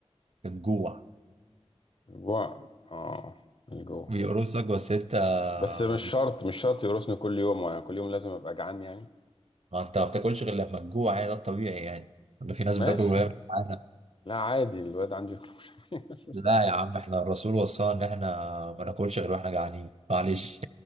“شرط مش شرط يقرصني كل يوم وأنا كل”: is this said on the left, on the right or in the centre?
Left